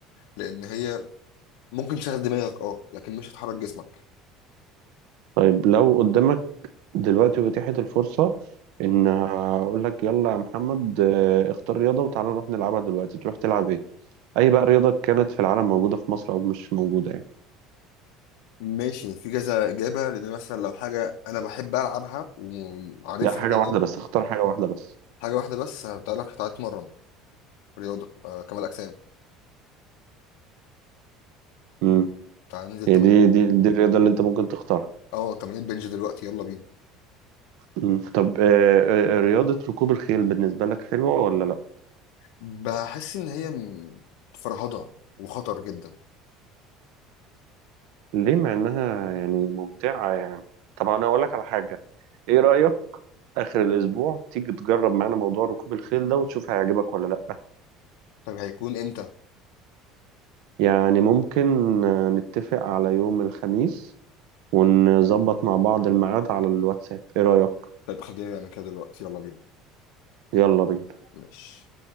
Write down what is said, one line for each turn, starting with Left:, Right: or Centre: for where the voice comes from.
Left: لان هي ممكن تشغل دماغك اه لكن مش هتحرك جسمك
Right: طيب لو قدامك دلوقتي أتيحت الفرصة إن هقول لك يلا يا محمد آه، اختار رياضة وتعالى نروح نلعبها دلوقتي تروح تلعب إيه؟ أي بقى رياضة كانت في العالم موجودة في مصر أو مش موجودة يعني
Left: ماشي في كذا اجابه لان مثلا لو حاجه انا بحب العبها وعارفها
Right: لا حاجة
Left: تمام
Right: واحدة بس اختار حاجة واحدة بس
Left: حاجه واحده بس هتقول لك تعالى اتمرن رياضه آه كمال اجسام
Right: امم
Left: تعالى ننزل
Right: هي
Left: تمرين
Right: دي دي دي الرياضة اللي أنت ممكن تختارها
Left: اه تمرين بنج دلوقتي يلا بينا
Right: مم. طب آه، آه، آه، رياضة ركوب الخيل بالنسبة لك حلوة ولا لأ؟
Left: بحس ان هي م- فرهضه وخطر جدا
Right: ليه مع إنها يعني ممتعة يعني طب أنا أقول لك على حاجة إيه رأيك آخر الأسبوع تيجي تجرب معانا موضوع ركوب الخيل ده وتشوف هيعجبك ولا لأ؟
Left: طيب هيكون امتى
Right: يعني ممكن آه، نتفق على يوم الخميس ونظبط مع بعض الميعاد على الواتساب ايه رأيك
Left: طيب خلينا نعمل كده دلوقتي يلا بينا
Right: يلا بينا
Left: ماشي